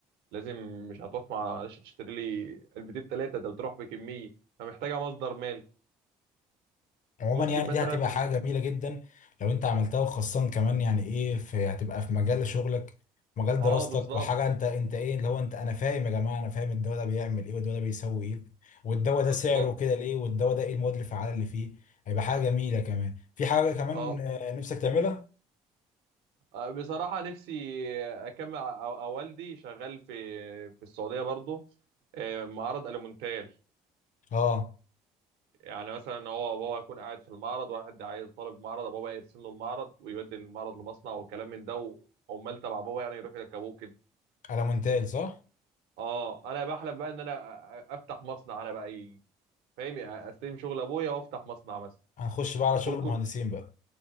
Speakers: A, on the right; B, on the left.
A: لازم مش هتقف معلش تشتري لي علبتين ثلاثه ده بتروح بكميه فمحتاجه مصدر مالي
B: عموما
A: ممكن
B: يعني
A: مثلا
B: دي هتبقى حاجة جميلة جدا لو انت عملتها وخاصة كمان يعني ايه في هتبقى في مجال شغلك مجال
A: اه
B: دراستك
A: بالظبط
B: وحاجة انت انت ايه اللي هو انت انا فاهم يا جماعة انا فاهم الدواء ده بيعمل ايه والدواء ده بيسوي ايه والدواء ده
A: بالظبط
B: سعره كده ليه والدواء ده ايه المواد الفعالة اللي فيه هيبقى حاجة جميلة كمان في حاجة كمان
A: اه
B: آه، نفسك تعملها
A: آه، بصراحه نفسي اكمل أو أو والدي شغال في في السعوديه برضه آه، معرض الومنتال
B: اه
A: يعني مثلا هو بابا يكون قاعد في المعرض واحد عايز طالب معرض بابا يرسم له المعرض ويبدل المعرض لمصنع وكلام من ده وعمال تبع بابا يعني يروحوا يركبوه كده
B: على مونتاج صح
A: اه انا بحلم بقى ان انا أ- أ- افتح مصنع انا بقى ي- فاهم يعني استلم شغل ابويا وافتح مصنع مثلا
B: هنخش بقى على
A: يكون
B: شغل المهندسين
A: كل
B: بقى